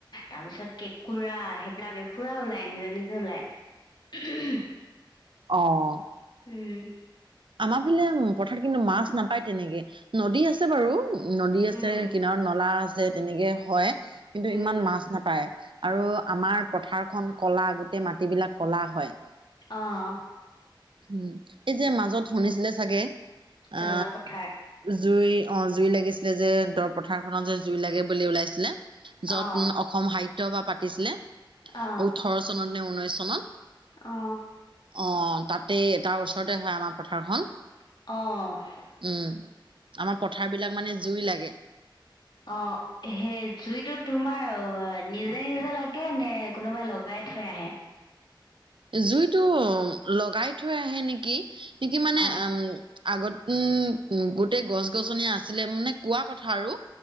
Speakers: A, on the left (about 60°); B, on the right (about 75°).
A: তাৰ পিছত কেঁকোঁৰা সেইবিলাকে পুৰা ওলাই নিজে নিজে ওলাই।
B: অ'।
A: উম।
B: আমাৰ ফালে পথাৰত কিন্তু মাছ নাপায় তেনেকে। নদী আছে বাৰু। নদী আছে
A: উম
B: কিনাৰত নলা আছে। তেনেকে হয় কিন্তু
A: উম
B: ইমান মাছ নাপায় আৰু আমাৰ পথাৰখন কলা গোটেই মাটিবলাক কলা হয়।
A: অ'।
B: উম। এই যে মাজত শুনিছিলে চাগে
A: জলা
B: আ
A: পথাৰ
B: জুই অ' জুই লাগিছিলে যে দৰ পথাৰখনত যে জুই লাগে বুলি ওলাইছিলে য'ত
A: অ
B: অসম সাহিত্য সভা পাতিছিলে।
A: অ
B: ওঠৰ চনত নে ঊনৈশ চনত
A: অ'।
B: অ' তাতেই, তাৰ ওচৰতে হয় আমাৰ পথাৰখন।
A: অ'।
B: উম। আমাৰ পথাৰ বিলাক মানে জুই লাগে।
A: অ', সেই জুইটো তোমাৰ, নিজে নিজে লাগে নে কোনোবাই লগাই থৈ আহে?
B: জুইটো লগাই থৈ আহে নেকি, কিয়ুকি মানে
A: অ
B: এম আগত উম, গোটেই গছ গছনি আছিলে মানে কোৱা কথা আৰু।